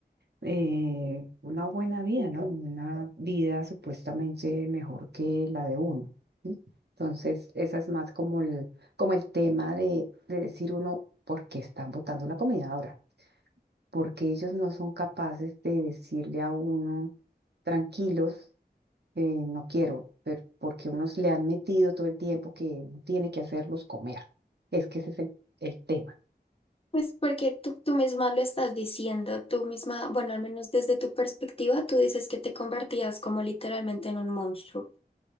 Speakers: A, on the right; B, on the left.
A: eh, una buena vida, ¿no? Una vida supuestamente mejor que la de uno, ¿sí? Entonces, esa es más como el, como el tema de, de decir uno, ¿por qué están botando la comida ahora? Porque ellos no son capaces de decirle a uno tranquilos eh, no quiero, pero porque unos le han metido todo el tiempo que uno tiene que hacerlos comer. Es que ese es el, el tema.
B: Pues porque tú, tú misma lo estás diciendo, tú misma, bueno, al menos desde tu perspectiva, tú dices que te convertías como literalmente en un monstruo.